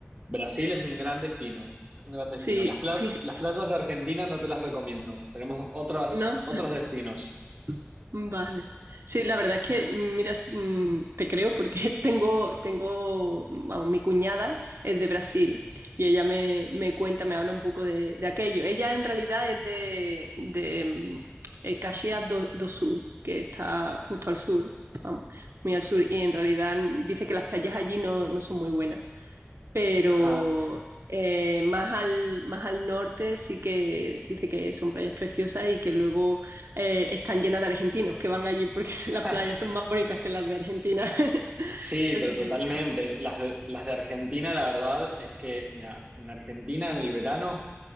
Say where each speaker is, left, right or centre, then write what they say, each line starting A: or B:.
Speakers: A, on the right; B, on the right.
A: Brasil es un gran destino, es un gran destino.
B: Sí,
A: Las, pla-
B: fij-
A: las playas de Argentina no te las recomiendo, tenemos otras,
B: ¿no?
A: otros destinos.
B: <laughs> Vale. Sí, la verdad es que, mira, s- mm, te creo porque <laughs> tengo, tengo, vamos, mi cuñada es de Brasil y ella me, me cuenta, me habla un poco de, de aquello. Ella en realidad es de, de mm, eh, Caxias do, do Sul, que está justo al sur, vamos, muy al sur, y en realidad dice que las playas allí no, no son muy buenas. pero
A: Ajá.
B: eh, más al, más al norte sí que dice que son playas preciosas y que luego eh, están llenas de argentinos que van allí porque <laughs> las
A: <laughs>
B: playas son más bonitas que las de Argentina. <laughs>
A: Sí,
B: Eso
A: pero totalmente.
B: me dice así.
A: Las de, las de Argentina, la verdad es que, mira, en Argentina en el verano